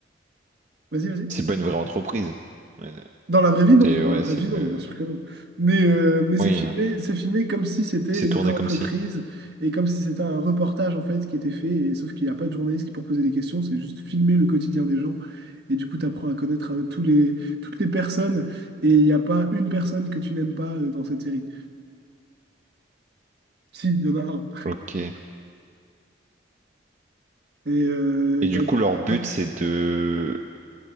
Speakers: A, on the right; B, on the right.
A: Vas-y, vas-y.
B: c'est pas une vraie entreprise. Ouais,
A: Dans la vraie vie, non.
B: C'est
A: Dans
B: ouais,
A: la vraie
B: c'est
A: vie,
B: une.
A: non, bien sûr que non. Mais, euh, mais c'est
B: Oui,
A: filmé,
B: hein.
A: c'est filmé comme si c'était
B: c'est
A: une
B: tourné
A: vraie entreprise
B: comme si.
A: et comme si c'était un reportage en fait qui était fait. Et, sauf qu'il n'y a pas de journaliste qui pour poser des questions, c'est juste filmer le quotidien des gens. Et du coup, tu apprends à connaître euh, tous les, toutes les personnes. Et il n'y a pas une personne que tu n'aimes pas euh, dans cette série. Si, il y en a un.
B: Ok. Et
A: Et euh,
B: du
A: bah,
B: coup, leur but,
A: ouais.
B: c'est de.